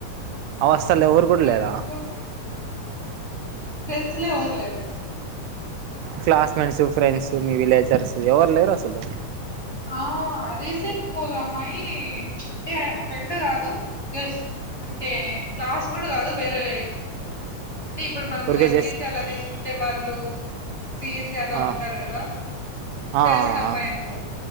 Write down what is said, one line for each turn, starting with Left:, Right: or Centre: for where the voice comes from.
Right: అవర్స్ల ఎవరు కూడా
Left: ఫ్రెండ్స్
Right: లేరా
Left: లో ఫ్రెండ్స్ లో ఎవరు లేరు
Right: క్లాస్ మేట్స్ ఫ్రెండ్స్ మీ విలేజర్స్ ఎవరు లేరు అసలు
Left: ఆ రీసెంట్ గా ఒగా అమ్మాయీ అంటే ఫ్రెండు కాదు జస్ట్ అంటే క్లాస్ గూడా కాదు వేరే అంటే ఇప్పుడు మనం
Right: ఊరికే
Left: ఎం
Right: చేసి
Left: పి సి అలా తీస్కుంటే వాళ్ళు సి ఈ సి అలా
Right: ఆ
Left: ఉంటారు గదా
Right: ఆ
Left: తెలిసిన
Right: ఆ
Left: అమ్మాయి అనుకో